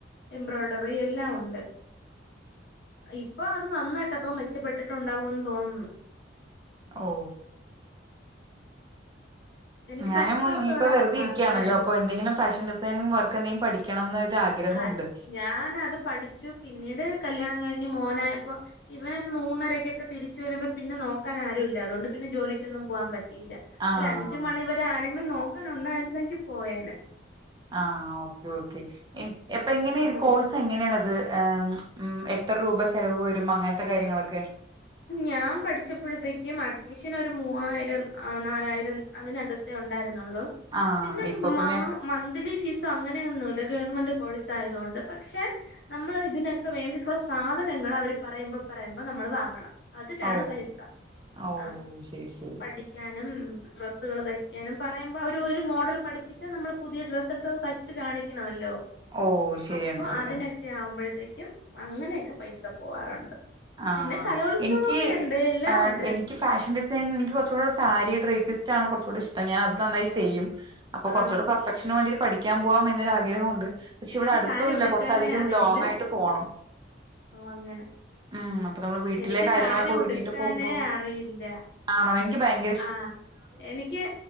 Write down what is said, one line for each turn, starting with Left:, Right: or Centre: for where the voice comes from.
Left: എംബ്രോയിഡറി എല്ലാം ഉണ്ട്. ഇപ്പൊ അത് നന്നായിട്ടപ്പ മെച്ചപ്പെട്ടിട്ടുണ്ടാാവോന്ന് തോന്നുന്നു.
Right: ഓ..
Left: എനിക്ക്
Right: ഞാനും
Left: ഫസ്റ്റ് ക്ലാസ്സോടാ
Right: ഇപ്പൊ വെറ്തെ
Left: പാസ്സായി
Right: ഇരിക്ക്യാണല്ലോ അപ്പോ എന്തെങ്കിലും ഫാഷൻ ടി സൈനിങ് വർക്ക് എന്തേങ്കിം പഠിക്കണം ന്ന് ഒര് ആഗ്രഹോണ്ട്.
Left: ആയി. ഞാനത് പഠിച്ചു പിന്നീട് കല്യാണം കഴിഞ്ഞ് മോനായപ്പോ ഇവൻ മൂന്നരക്ക്യോക്ക തിരിച് വരുമ്പോ പിന്നെ നോക്കാൻ ആരുല്ല അതുകൊണ്ട് പിന്നെ ജോലിക്കൊന്നും പോവാം പറ്റിയില്ല
Right: ആ
Left: ഒര് അഞ്ച് മണിവരെ ആരെങ്കിലും നോക്കാൻ ഉണ്ടായിരുന്നെങ്കി പോയേനേ
Right: ആ ഓക്കെ ഓക്കെ എ എപ്പ ഇങ്ങനെ
Left: നോ
Right: കോഴ്സ് എങ്ങനെണത് ഏ ഉം എത്ര രൂപ ചെലവ് വരും അങ്ങൻത്ത കാര്യങ്ങളൊക്കെ
Left: ഞാൻ പഠിച്ചപ്പോഴത്തേക്കും അഡ്മിഷന് ഒരു മൂവായിരം നാലായിരം അതിനക ത്ത് ഉണ്ടായിരുന്നോള്ളൂ
Right: ആഹ്
Left: പിന്നെ
Right: ഇപ്പൊ
Left: മാ
Right: പിന്നെ
Left: മന്ത്ലി ഫീസോ അങ്ങനെയൊന്നുല്ല ഗവൺമെന്റ് കോഴ്സ് ആയത് കൊണ്ട് പക്ഷെ നമ്മള് ഇതിനക്ക വേണ്ടിയിട്ടുള്ള സാധനങ്ങള് അവര് പറയുമ്പോ പറയുമ്പോ നമ്മള് വാങ്ങണം അത്ക്യാണ്
Right: ഓ
Left: പൈസ
Right: ഓ
Left: ആ
Right: ശരി ശരി
Left: പഠി ക്ക്യാനും ഡ്രസ്സുകള് തയ്ക്യാനും പറയുമ്പോ അവര് ഒര് മോഡൽ പഠിപ്പിച്ച നമ്മള് പുതിയ ഡ്രസ്സ് എട്ത്തത് തയ് ച്ച് കാണിക്കണമല്ലോ
Right: ഓ ശരിയാണ്
Left: അപ്പൊ
Right: ശരിയാണ്
Left: അതിനൊക്കെ ആവുമ്പഴത്തേക്യും അങ്ങനെയൊക്ക പൈസ പോവാറുണ്ട്
Right: ആ
Left: പിന്നെ കലോത്സവൊക്കെ
Right: ഇൻക്കി <unintelligible>
Left: ഉണ്ട് എല്ലാം ഉണ്ട്
Right: എനി ഇക്കി ഫാഷൻ ഡിസൈനിങ് എനിക്ക് കൊർച് കൂടെ സാരി ഡ്രേപ്പിസ്റ്റ് ആവണം കൊർച് കൂടി ഇഷ്ടം ഞാൻ അത് നന്നായി ചെയ്യും അപ്പൊ
Left: ആ
Right: കൊർച്ചൂ കൂടെ പെർഫെക്ഷന് വേണ്ടി പഠിക്ക്യാം പോവാം എന്നൊരാഗ്രഹം ഉണ്ട് പക്ഷെ
Left: എനിക്ക്
Right: ഇവടെ അടുത്തൊന്നുല്ല
Left: സാരി ഉടുക്കാനേ
Right: കോർച്ചധികം
Left: അറിയില്ല
Right: ലോങ് ആയിട്ട് പോണം
Left: ഓ അങ്ങനെ
Right: ഉം അപ്പൊ നമ്മള് വീട്ടിലെ
Left: എനിക്ക്
Right: കാര്യങ്ങളൊക്കെ
Left: സാരി
Right: ഒതുങ്ങിയിട്ട്
Left: ഉടുക്കാനേ
Right: പോകുമ്പോ
Left: അറിയില്ല
Right: ആണോ എനിക്ക് ഭയങ്ക
Left: ആ എനിക്ക്